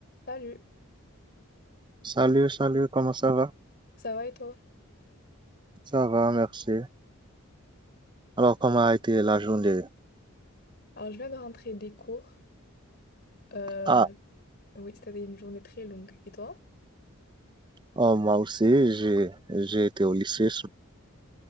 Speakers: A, on the left; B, on the right.
A: Salut,
B: Salut, salut, comment ça va?
A: ça va et toi?
B: Ça va, merci. Alors, comment a été la journée?
A: Alors, je viens de rentrer des cours. Euh,
B: Ah,
A: oui, c'était une journée très longue. Et toi?
B: oh, moi aussi, j'ai, j'ai été au lycée.